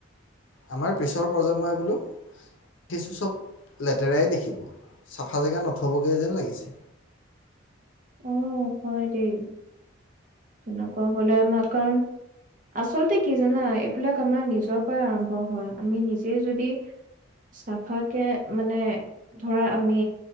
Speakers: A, on the left; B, on the right.
A: আমাৰ পিছৰ প্ৰজন্মই বোলো উঠিছো চব লেতেৰাই দেখিব। চাফা জেগা নথবগৈ যেন লাগিছে।
B: অ হয় দেই তেনেকুৱা হ'লে আমাৰ কাৰণ আচলতে কি জানা, এইবিলাক আমাৰ নিজৰ পৰা আৰম্ভ হোৱা। আমি নিজে যদি চাফা কে মানে ধৰা আমি